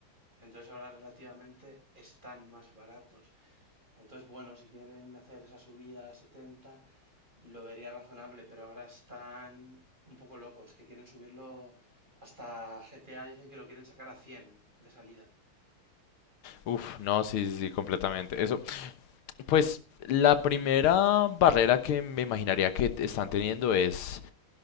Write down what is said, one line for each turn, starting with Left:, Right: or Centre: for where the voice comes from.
Right: Entonces ahora relativamente están más baratos. Entonces, bueno, si quieren hacer esa subida a 70, lo vería razonable, pero ahora están un poco locos, que quieren subirlo hasta GTA, dicen que lo quieren sacar a 100 de salida.
Left: Uf, no, sí, sí, sí, completamente. Eso, pues la primera barrera que me imaginaría que te- están teniendo es